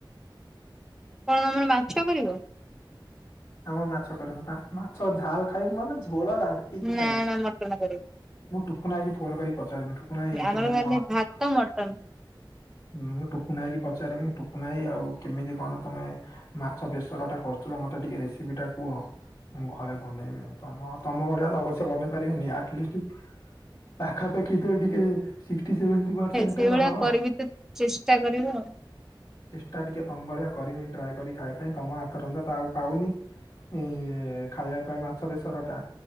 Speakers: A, in the centre; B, on the left.
A: କଣ ତମର ମାଛ କରିବ?
B: ଆମର ମାଛ କରିବୁ ବାମାଛ ଝାଲ ଖାଇବୁ ମାନେ ଝୋଳ ରାମ୍ପିକି
A: ନା
B: ଖାଇବୁ।
A: ନା ମଟନ କରିବ।
B: ମୁଁ ଟୁକୁନା ବାଇକି ଫୋନ କରି ପଚାରିବି ଟୁକୁନା ବାଇ ଏ
A: ଆମର
B: କେମିତି
A: ଖାଲି
B: କଣ?
A: ଭାତ ମଟନ
B: ମୁଁ ଟୁକୁନା ଆଇକି ପଚାରିବି ଟୁକୁନା ଆଇ କେମିତି କଣ ତମେ ମାଛ ବେସର ଟା କରୁଥିଲ ମତେ ଟିକେ ରେସିପିଟା କୁହ। ମୁଁ ଘରେ ବନେଇବି ତମ, ତମ ଭଳିଆ ତ ଅବଶ୍ୟ ବନେଇ ପାରିବିନି ଆଟ୍ ଲି ଷ୍ଟ୍ ପାଖା ପାଖି ତ ଟିକେ ସିଷ୍ଟି ସେଭେଣ୍ଟି ପର୍ସେଣ୍ଟ
A: ସେଇଭଳିଆ
B: ହବ।
A: କରିବି ତ ଚେଷ୍ଟା କରିବ ଆଉ
B: ଚେଷ୍ଟା ଟିକିଏ ତମ୍ଭଳିଆ କରିବି ଟ୍ରାଏ କରିବି ଖାଇବା ପାଇଁ ତମ ହାତ ରନ୍ଧା ତ ଆଉ ପାଉନି। ଏଇ ଖାଇବା ପାଇଁ ମାଛ ବେସର ଟା।